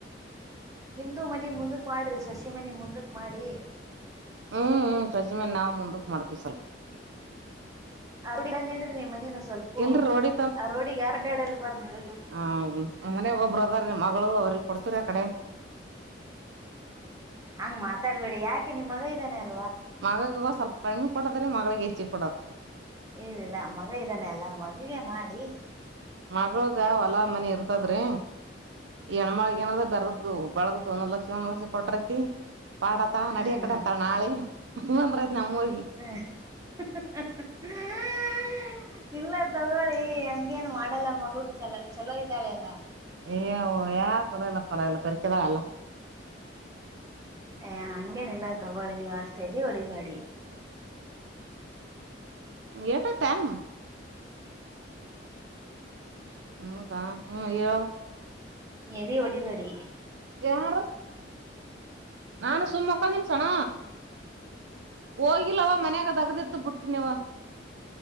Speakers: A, on the right; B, on the right.
A: ನಿಮ್ದು ಮನಿ ಮುಂದಕ್ ಮಾಡ್ರಿ ಸಸಿ ಮನೆ ಮುಂದಕ್ ಮಾಡಿ
B: ಹ್ಮ್ ಹ್ಮ್ ಸಜ ಮ ನಾವವು ಮುಂದಕ್ ಮಾಡ್ತೀವಿ ಸ್ವಲ್ಪ
A: ಆ ರೋಡಿ ಬಂದ ಇಡ್ರಿ ನಿಮ್ ಮನೇನ ಸ್ವಲ್ಪ
B: ಇಲ್ರಿ ರೋಡಿ
A: ಆ ರೋಡಿಗೆ ಯಾರ್ ಗಡಡರ್ ಬಾರ ರೋಡಿ
B: ಹ ಮನೆ ಒಬ್ಬ್ರದರ್ ರೀ ಮಗಳು ಅವ್ರಗ್ ಕೊಡ್ತೀರಿ ಆ ಕಡೆ
A: ಹಂಗ ಮಾತಾಡ್ಬೇಡಿ ಯಾಕೆ ನಿ ಮಗ ಇದ್ದಾನೆ ಅಲ್ಲ
B: ಮಗ ಸ್ವಲ್ಪ ಕ್ಮೆ ಕೊಡದ್ರೆ ಮಗಳಿಗೆ ಹೆಚ್ಚೆ ಕೊಡದು
A: ಇಲ್ಲಿಿಲ್ಲ ಮಗ ಇದಾನೆ ಅಲ್ಲಾ ಮಗಗೆ ಮಾಡಿ
B: ಮಗಳಗ ಹೊಲಾ ಮನಿ ಇರ್ತದ್ರಿ ಹೆಣ್ಮಾಗ ಏನದ ಬೆರದ್ದು ಬಾಳದ್ದು ಒಂದ್ ಲಕ್ಷ ಒಂದ್ ಲಕ್ಷ ಕೊಟ್ರತಿ ಪಾಡತ
A: ಹ್ಮ್
B: ನಡಿಯ ಕಡೆ ಅಂತ ನಾಳೆ ಹಂದ್ರೈತ್ ನಮ್ಮ್ ಊರ್ಗ
A: <unintelligible> ಇಲ್ಲ ತಗೊಳ್ಳಿ ಹಂಗೇನ್ ಮಾಡಲ್ಲ ಮಗಳು ಚಲೋ ಚಲೋ ಇದ್ದಾಳೆ ಅಲ್ಲ
B: ಓ ನ್ ಕೊನಲ್ಲಪ್ಪರ ಇಲ್ಲ ಪರಿಕದಾ ಎಲ್ಲ
A: ಏ ಹಂಗೇನ ಇಲ್ಲ ತಗೊಳ್ಳಿ ನೀವ್ ಅಷ್ಟೇ ಇದ್ದಿ ಹೊಡಿಬಾಡಿ
B: ಎಟ ತಮ ಹ್ಮ್ದಾ ಹ್ಮ್ ಏ
A: ಎದ ಒಡಿಬೇಡಿ
B: ಯಾರು ನಾನು ಸುಕ್ಕಳಂದನ ಸಣ ಹೋಗಿಲ್ಲವ ಮನ್ಯಾಗ ತಗದಿತ್ತು ಬಿಟ್ಟ ನೀವ